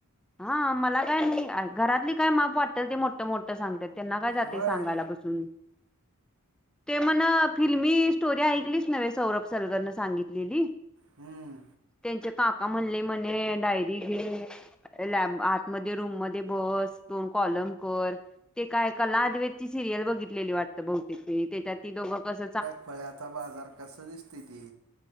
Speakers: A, in the centre; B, on the right.
A: हा मला काय नाही घरातली काय माप वाटल ते मोठं मोठं सांगत्यात त्यांना काय जातय
B: वय
A: सांगायला बसून ते म्हण फिल्मी स्टोरी ऐकलीच नव्हे. सौरभ सलगरन सांगितलेली.
B: हम्म
A: त्यांचे काप का म्हणले म्हणे डायरी घे. लॅब आतमध्ये रूम मध्ये बस. दोन कॉल कर ते काय कला आदवेदची सिरियल बघितलेली वाटत. बहुतेक त्यांनी त्याच्यात ती दोघं कस
B: खोळ्याचा बाजार कस दिसतय ते.